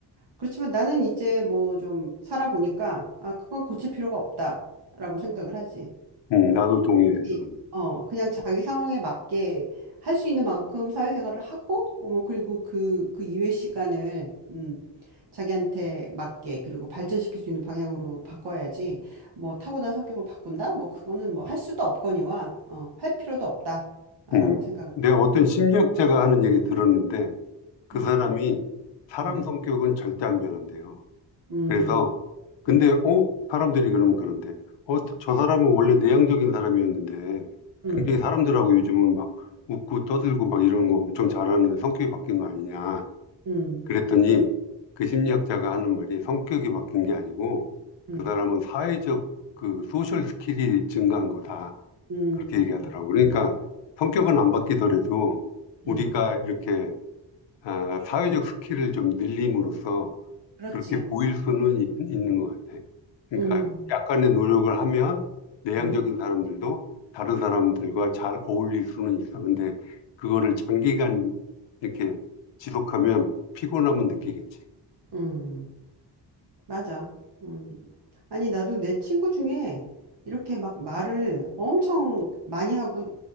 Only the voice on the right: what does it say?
그렇지만 나는 이제 뭐 좀 살아보니까 아, 그건 고칠 필요가 없다라고 생각을 하지.
이-
어, 그냥 자기 상황에 맞게 할 수 있는 만큼 사회생활을 하고 어, 뭐 그리고 그, 그 이외 시간을 음, 자기한테 맞게 그리고 발전시킬 수 있는 방향으로 바꿔야지 뭐 타고난 성격을 바꾼다? 뭐 그거는 뭐 할 수도 없거니와 어, 할 필요도 없다라고
생각을.
음,
음,
음,
음,
음,
음,
음,
음,
음.
음.
그렇지.
음,
음,
음, 맞아. 음. 아니, 나도 내 친구 중에 이렇게 막 말을 엄청 많이 하고,